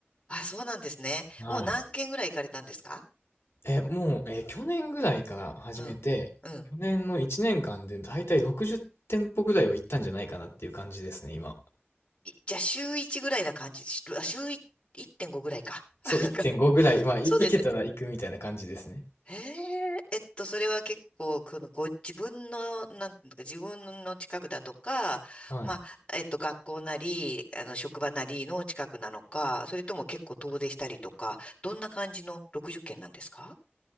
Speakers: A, on the left; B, on the left.
A: あ、そうなんですね。
B: はい。
A: もう何軒ぐらい行かれたんですか
B: え、もう、え、去年ぐらいから始めて、
A: うん。うん
B: 去年の1年間でだいたい60店舗ぐらいは行ったんじゃないかなっていう感じですね、今。
A: いじゃあ週1ぐらいな感じ、しあ週い1.5ぐらいか。<laughs>
B: そう、
A: なんか
B: 1.5ぐらい、まあ、い、
A: そうですよね。
B: 行けたら行くみたいな感じですね。
A: へえ、えっと、それは結構、このご自分の、なんていうか、自分の近くだとか、
B: はい。
A: まあ、えっと、学校なり、あの、職場なりの近くなのか、それとも結構遠出したりとか、どんな感じの60件なんですか